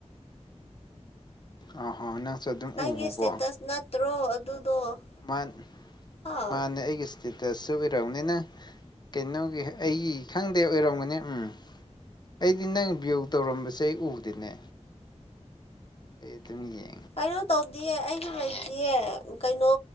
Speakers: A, on the left (about 35°); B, on the left (about 55°).
A: ꯑꯣ ꯍꯣ ꯁꯨ ꯑꯗꯨꯝ
B: ꯅꯪꯒꯤ
A: ꯎꯕꯀꯣ
B: ꯏꯁꯇꯦꯇꯁ ꯅꯠꯇ꯭ꯔꯣ ꯑꯗꯨꯗꯣ
A: ꯃꯥꯟ
B: ꯑꯥ
A: ꯃꯥꯟꯅꯦ ꯑꯩꯒꯤ ꯁ꯭ꯇꯦꯠ ꯗꯁꯨ ꯑꯣꯏꯔꯝꯅꯤꯅ ꯀꯩꯅꯣꯒꯤ ꯑꯩꯒꯤ ꯈꯪꯗꯦ ꯑꯣꯏꯔꯝꯒꯅꯦ ꯎꯝ ꯑꯩꯗꯤ ꯅꯪ ꯕ꯭ꯌꯨ ꯇꯧꯔꯝꯕꯁꯦ ꯑꯩ ꯎꯗꯦꯅꯦ ꯑꯦ ꯇꯃꯤꯒ
B: ꯀꯩꯅꯣ ꯇꯧꯗꯌꯦ ꯑꯩꯁꯨ ꯂꯩꯇꯦ ꯀꯩꯅꯣ